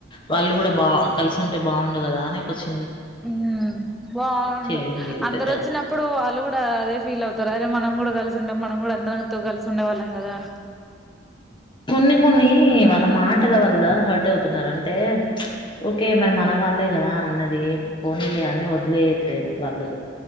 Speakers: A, on the left; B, in the centre.
A: వాళ్ళు కూడా బాగా కలిసింట టె బాగుండు కదా అని ఒక చి
B: హ్మ్ బాగుండు
A: ఏం లేదు
B: అందరు
A: పెద్దగా
B: వచ్చినప్పుడు వాళ్ళు కూడా అదే ఫీల్ అవుతారు అరే మనం కూడా కలిసి కలిసి ఉండే మనం కూడా అందరితో కలిసి ఉండే వాళ్ళం కదా అని
A: కొన్ని కొన్ని వాళ్ళ మాటల వల్ల హర్ట్ అవుతున్నారు అంటే ప్చ్ ఓకే మరి మన వాళ్ళే కదా అన్నది పోనీలే అని వదిలేయట్లేదు వాళ్ళు